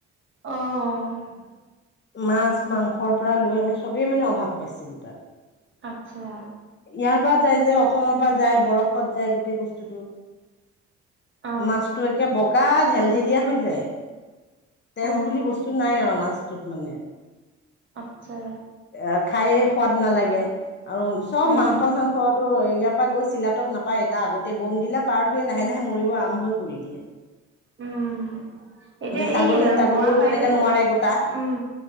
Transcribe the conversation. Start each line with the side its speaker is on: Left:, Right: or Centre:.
Right: অ',
Left: মাছ, মাংসৰ পৰা লৈ আমি চবেই মানে অভাৱ পাইছিলো তাত।
Right: আচ্ছা।
Left: ইয়াৰ পৰা যায় যে অসমৰ পৰা যায় বৰফত যায় গোটেই বস্তুতটো।
Right: অ
Left: মাছতো একে বগা ঢেল-ঢেলীয়া হৈ যায়। তেজ
Right: অ
Left: বুলি বস্তু নাই আৰু মাছটোত মানে।
Right: আচ্ছা।
Left: এ, খাই সোৱাদ নালাগে। আৰু চব
Right: উম
Left: মাংস-চাংসতো ইয়াৰ পৰা গৈ চিলাতপ নাপায়, এটা আগতে বম দিলা ত পাৰ হৈয়ে লাহে-লাহে মৰিব আৰম্ভই কৰি দিয়ে।
Right: উম, এতিয়া
Left: ছাগলী
Right: এই
Left: ছাগলীও
Right: গোৱা চাইডো
Left: তেনেকে নোৱাৰে গোটা
Right: উম,